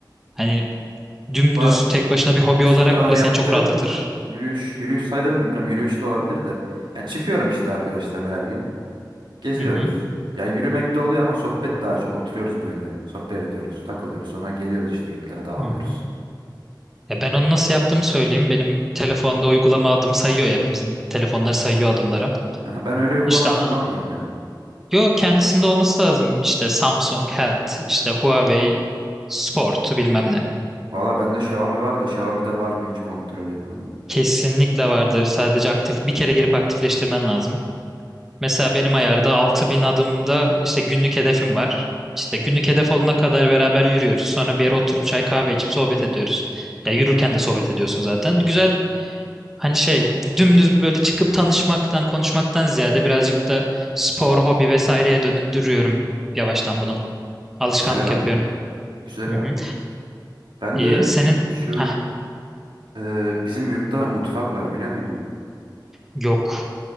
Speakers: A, in the centre; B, on the right.
A: hani dümdüz
B: Va
A: tek başına bir hobi
B: işte
A: olarak
B: şu sıralar
A: bile
B: yaptığım
A: seni çok rahatlatır.
B: yürüyüş, yürüyüş sayılır mı bilmiyorum. Yürüyüş de olabilir de. Yani çıkıyorum işte arkadaşlarla her gün. Geziyoruz.
A: Hı hı.
B: Ya yürümek de oluyor ama sohbet daha çok. Oturuyoruz böyle. Sohbet ediyoruz, takılıyoruz. Sonra geliyoruz işte yurtlara dağılıyoruz.
A: Hı hı. Ya ben onu nasıl yaptığımı söyleyeyim. Benim telefonda uygulama adım sayıyor ya, hepimizin telefonları sayıyor adımları.
B: Aha, ben öyle uygulamalar
A: İşte aa,
B: kullanmıyorum ya.
A: yo kendisinde olması lazım. İşte Samsung Health, işte Huawei Sport bilmem ne.
B: Valla bende Xiaomi var da Xiaomi'de var mı hiç kontrol etmedim.
A: Kesinlikle vardır. Sadece aktif bir kere girip aktifleştirmen lazım. Mesela benim ayarda 6000 adımda işte günlük hedefim var. İşte günlük hedef olana kadar beraber yürüyoruz. Sonra bir yere oturup çay kahve içip sohbet ediyoruz. Ya yürürken de sohbet ediyorsun zaten. Güzel hani şey dümdüz böyle çıkıp tanışmaktan konuşmaktan ziyade birazcık da spor, hobi vesaireye döndürüyorum yavaştan bunu. Alışkanlık
B: Güzel
A: yapıyorum.
B: abi. Güzel
A: Hı hı.
B: abi. Ben
A: İyi.
B: de
A: Senin
B: şu
A: Hah,
B: e, bizim yurtta mutfak var biliyor muydun?
A: yok.